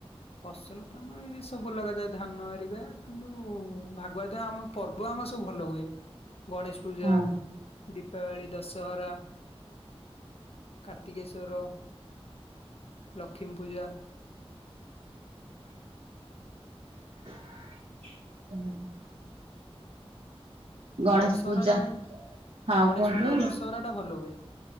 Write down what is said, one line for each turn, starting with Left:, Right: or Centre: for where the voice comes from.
Left: ଫସଲ ତ ଆମର ଏ ସବୁ ଲଗାଯାଏ ଧାନ ହେରିକା କିନ୍ତୁ ଭାଗ୍ ଆଗୁଆ ଦିନ ଆମ ପର୍ବ ଆମର ସବୁ ଭଲ ହୁଏ ଗଣେଶ ପୂଜା।
Right: ହଁ
Left: ଦୀପାବଳି, ଦଶହରା, କାର୍ତ୍ତିକେଶ୍ୱର, ଲକ୍ଷ୍ମୀ ପୂଜା।
Right: ହୁଁ। ଗଣେଶ
Left: ଦଶହରା
Right: ପୂଜା
Left: ଟା ଆମର
Right: ହଁ
Left: ଗଣେଶ
Right: କୁହନ୍ତୁ।
Left: ପୂଜା ଆଉ ଦଶହରା ଟା ଭଲ ହୁଏ।